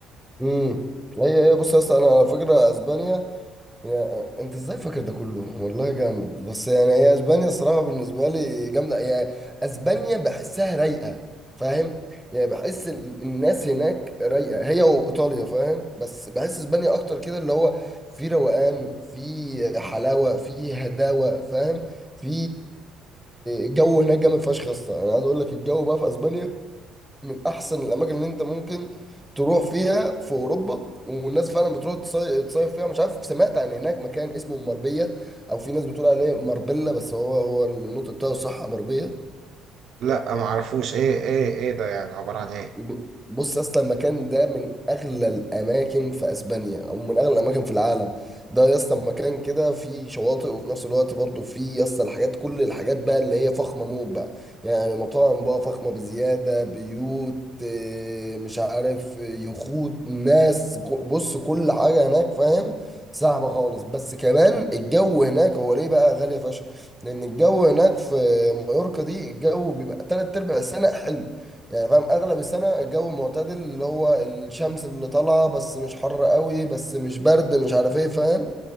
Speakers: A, in the centre; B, on the right (about 65°).
A: امم هي هي بص يا اسطى انا على فكره اسبانيا يا انت ازاي فاكر ده كله والله جامد بس يعني هي اسبانيا الصراحه بالنسبه لي جامده يعني اسبانيا بحسها رايقه فاهم يعني بحس ال- الناس هناك رايقه هي وايطاليا فاهم بس بحس اسبانيا اكتر كده اللي هو في روقان في حلاوه في هداوه فاهم في جو هناك جامد فشخ يا اسطى انا عايز اقول لك الجو بقى في اسبانيا من احسن الاماكن اللي انت ممكن تروح فيها في اوروبا والناس فعلا بتروح تصي- تصيف فيها مش عارف سمعت عن هناك مكان اسمه مربيه او في ناس بتقول عليه مربله بس هو هو النطق بتاعه صح مربيه
B: لا ما اعرفوش ايه ايه ايه ده يعني عبارة عن ايه
A: ب- بص يا اسطى المكان ده من اغلى الاماكن في اسبانيا او من اغلى الاماكن في العالم ده يا اسطى مكان كده فيه شواطئ وفي نفس الوقت برضه فيه يا اسطى الحاجات كل الحاجات بقى اللي هي فخمه موت بقى يعني مطاعم بقى فخمه بزياده بيوت آه، مش عارف آه، يخوت ناس ك- بص كل حاجه هناك فاهم صعبه خالص بس كمان الجو هناك هو ليه بقى غاليه فشخ لان الجو هناك في مايوركا دي الجو بيبقى تلات ارباع السنه حلو يعني فاهم اغلب السنه الجو معتدل اللي هو الشمس اللي طالعه بس مش حر قوي بس مش برد مش عارف ايه فاهم